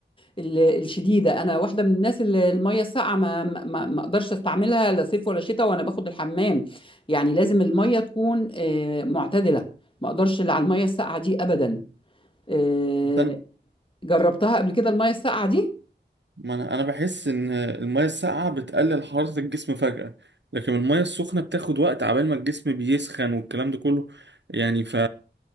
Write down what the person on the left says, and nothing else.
ال- الشديدة أنا واحدة من الناس اللي المية الساقعة ما ما ما- ما أقدرش أستعملها لا صيف ولا شتاء وأنا باخد الحمام يعني لازم المية تكون آه، معتدلة ما أقدرش اللي على المية الساقعة دي أبدا آه،
جربتها قبل كده المية الساقعة دي